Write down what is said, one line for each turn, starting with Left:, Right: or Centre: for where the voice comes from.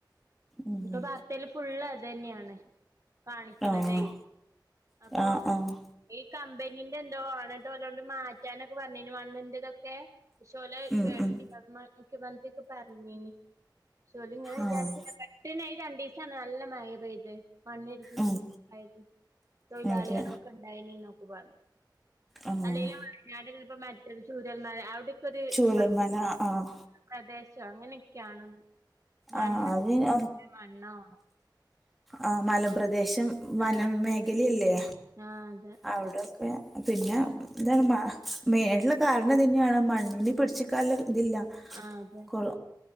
Centre: ഉം
Right: ഇപ്പൊ വാർത്തേല് ഫുള്ള് അതന്നേണ് കാണിക്കണതേയ്
Centre: ആഹ്
Right: അപ്പൊ
Centre: ആഹ് ആഹ്
Right: ഈ കമ്പനീന്റെന്തോ ആണ് ട്ടോ അതോണ്ട് മാറ്റാനൊക്കെ പറഞ്ഞീന്ന്മണ്ണിന്റെതൊക്കെ പക്ഷേ ഓലെ
Centre: ഉം
Right: <unintelligible>
Centre: ഉം
Right: മുഖ്യമന്ത്രിക്കെ പറഞ്ഞീനി പക്ഷേ ഓല് ഇങ്ങനെ വിചാരിച്ചില്ല
Centre: ആഹ്
Right: പെട്ടണയിരണ്ടീസാണ് നല്ല മഴ പെയ്ത് മണ്ണ്ട്ച്ചിണ്ടായത്
Centre: ഉം
Right: തൊഴിലാളികളൊക്കെ
Centre: അതെ
Right: ഉണ്ടായിനീന്നൊക്കെ പറഞ്ഞു
Centre: ആഹ്
Right: അല്ലേലും <unintelligible> ഇപ്പോ മറ്റൊരു ചൂരൽമര അവിടെക്കൊരു
Centre: ചൂരൽമല
Right: മ
Centre: ആഹ്
Right: പ്രദേശോ അങ്ങനെയൊക്കെയാണെന്ന് മണ്ണ്
Centre: ആഹ് അതിന്
Right: മണ്ണോ
Centre: ആഹ് മലംപ്രദേശം വനം
Right: ആഹ്
Centre: മേഖലിഅല്ലേ
Right: ആഹ് അതെ
Centre: അവിടൊക്കെ പിന്നെ
Right: ഉം
Centre: ഇതാണ് മാ മെയിനായിട്ടുള്ള കാരണം ഇതന്നെയാണ് മണ്ണിന് പിടിച്ച് ക്കാൻള്ള ഇതില്ല
Right: ആഹ് അതെ
Centre: കൊറ